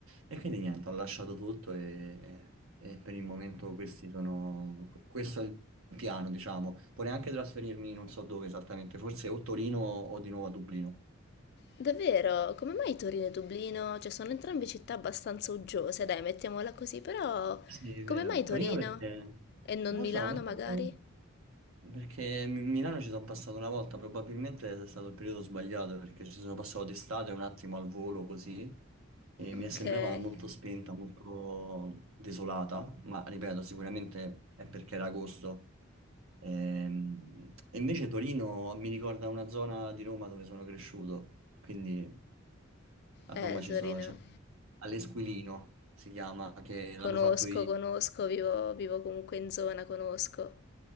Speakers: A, on the right; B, on the left.
A: e quindi niente ho lasciato tutto e, e per il momento questi sono, questo è il piano diciamo, vorrei anche trasferirmi non so dove esattamente, forse o Torino o di nuovo a Dublino.
B: Davvero, come mai Torino e Dublino? Cioè, sono entrambe città abbastanza uggiose, dai, mettiamola così, però
A: Sì, è vero.
B: come mai
A: Torino
B: Torino?
A: perché...
B: E non
A: Non
B: Milano,
A: lo so, mi
B: magari?
A: sa che- perché Mi- Milano ci sono passato una volta, probabilmente è stato il periodo sbagliato perché ci sono passato d'estate un attimo al volo così e mi
B: Ok,
A: sembrava
B: eh,
A: molto spenta, molto desolata, ma ripeto, sicuramente è perché era agosto. Ehm, E invece Torino mi ricorda una zona di Roma dove sono cresciuto, quindi a
B: Torino.
A: Roma ci sono... c'è- All'Esquilino si chiama, che
B: Conosco,
A: l'hanno fatto
B: conosco, vivo, vivo comunque in zona, conosco.